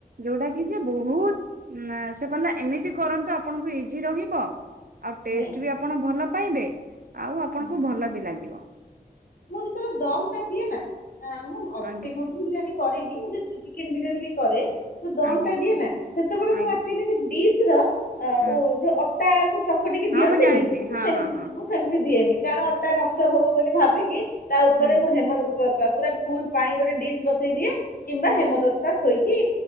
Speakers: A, on the right; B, on the left.
A: ଯଉଟା କି ଯେ ବହୁତ ନେ ସେ କହିଲା ଏମିତି କରନ୍ତୁ ଆପଣଙ୍କୁ ଇଜି ରହିବ ଆଉ
B: ହୁଁ
A: ଟେଷ୍ଟ ବି ଆପଣ ଭଲ ପାଇବେ ଆଉ ଆପଣଙ୍କୁ
B: ହୁଁ।
A: ଭଲ ବି ଲାଗିବ।
B: ମୁଁ ଯେତେବେଳେ ଦମ୍ ଟା ଦିଏ ନାଆଁ ମୁଁ ଅ
A: ଆଜ୍ଞା
B: ମଟନ ବିରିୟାନୀ କରିନି ମୁଁଜଦି ଚିକେନ ବିରିୟାନୀ ବି କରେ ଯୋଉ ଦମ୍
A: ଆଜ୍ଞା।
B: ଟା ଦିଏ ନା ସେତେବେଳେ
A: ଆଜ୍ଞା
B: ମୁଁ ଏକ୍ଟୁଲୀ ସେ ଡିସର
A: ହଁ
B: ଓ ଜ ଅ ଅଟାକୁ ଚକଟିକି
A: ହଁ
B: ଦିଅନ୍ତିନି
A: ମୁଁ ଜାଣିଛି
B: ମୁଁ
A: ହଁ
B: ସେମତି
A: ହଁ ହଁ
B: ମୁଁ ସେମିତି ଦିଏନି କାରଣ ଅଟା ନଷ୍ଟ ହବ ବୋଲି ଭାବିକି କି ତା ଉପରେ
A: ହୁଁ
B: ମୁଁ ହେମ ପୁରା ଫୁଲ ପାଣି ଗୋଟେ ଡିସ୍ ବସେଇ ଦିଏ। କିମ୍ବା ହେମଦସ୍ତା ଥୋଇକି